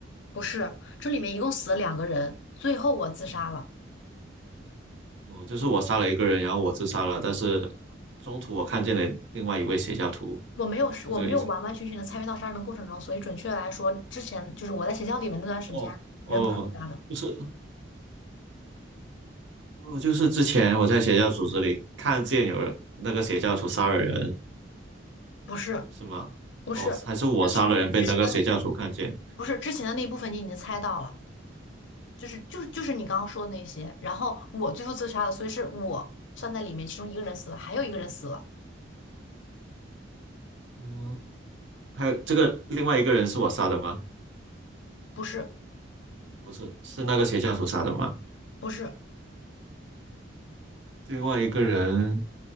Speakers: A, on the left; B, on the right.
A: 不是，这里面一共死了两个人，最后我自杀了。
B: 嗯，哦，就是我杀了一个人，然后我自杀了，但是中途我看见了另外一位邪教徒，
A: 我没有，
B: 是这个意思？
A: 我没有完完全全的参与到杀人的过程中，所以准确来说，之前就是我在邪教里面那段时间，
B: 哦哦，
A: 人不是我杀的，
B: 就是。哦，就是之前我在邪教组织里看见有人那个邪教徒杀了人，
A: 不是，
B: 是吗？
A: 不是，
B: 哦，还是我杀了人被那个邪教徒看见？
A: 之前之前不是之前的那一部分你已经猜到了，就是就是就是你刚刚说的那些，然后我最后自杀了，所以是我算在里面，其中一个人死了，还有一个人死了，
B: 嗯，还有这个另外一个人是我杀的吗？
A: 不是
B: 不是，是那个邪教徒杀的吗？
A: 不是
B: 另外一个人，